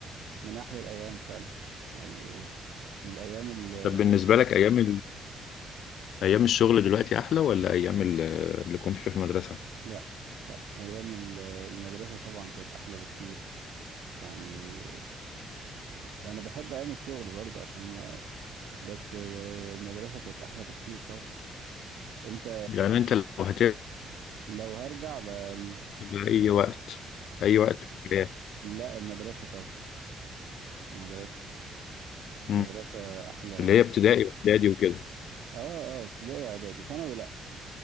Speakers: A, on the right; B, on the left.
A: من احلى الايام فعلا يعني من الايام ال ال-
B: طب بالنسبه لك ايام ايام الشغل دلوقتي احلى ولا ايام ال- اللي كنت فيها في المدرسه
A: لا لا ايام ال- المدرسه طبعا كانت احلى بكتير يعني انا بحب ايام الشغل برضو عشان ما بس المدرسه كانت احلى بكتير طبعا انت
B: يعني انت لو هترجع
A: لو هرجع ب-
B: لاي وقت اي وقت في الحياة،
A: لا المدرسه طبعا المدرسه
B: مم.
A: المدرسه احلى
B: اللي هي ابتدائي واعدادي وكده
A: اه اه ابتدائي واعدادي ثانوي لا